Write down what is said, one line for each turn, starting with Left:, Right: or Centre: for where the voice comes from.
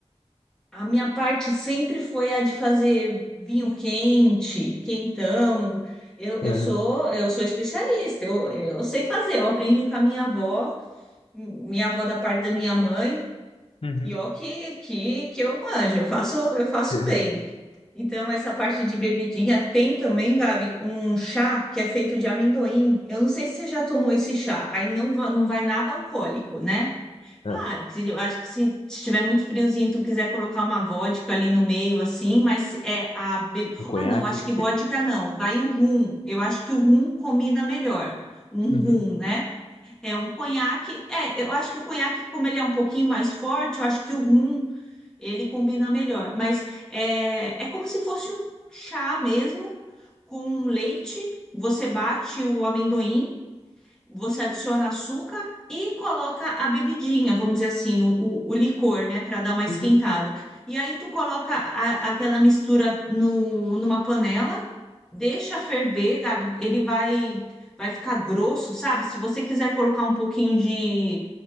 Centre: A minha parte sempre foi a de fazer vinho quente, quentão. Eu, eu
Left: Aham.
Centre: sou eu sou especialista, eu, eu sei fazer, eu aprendi com a minha avó, minha avó da parte da minha mãe,
Left: Uhum,
Centre: e ó que, que, que eu manjo, eu faço, eu faço
Left: <laughs>
Centre: bem. Então, essa parte de bebidinha tem também, Gabi, um chá que é feito de amendoim. Eu não sei se você já tomou esse chá, aí não, va- não vai nada alcoólico, né? Claro,
Left: Ah,
Centre: que eu acho que se estiver muito friozinho e tu quiser colocar uma vodka ali no meio, assim, mas é a. be-
Left: um conhaque.
Centre: Ah, não, acho que vodka não, vai o rum. Eu acho que o rum combina melhor. Um
Left: uhum,
Centre: rum, né? É um conhaque. É, eu acho que o conhaque, como ele é um pouquinho mais forte, eu acho que o rum ele combina melhor. Mas é, é como se fosse um chá mesmo, com leite. Você bate o amendoim. Você adiciona açúcar e coloca a bebidinha, vamos dizer assim, o, o- o licor, né, para dar uma esquentada.
Left: uhum,
Centre: E aí tu coloca a- aquela mistura no, numa panela, deixa ferver, Gabi, ele vai vai ficar grosso, sabe? Se você quiser colocar um pouquinho de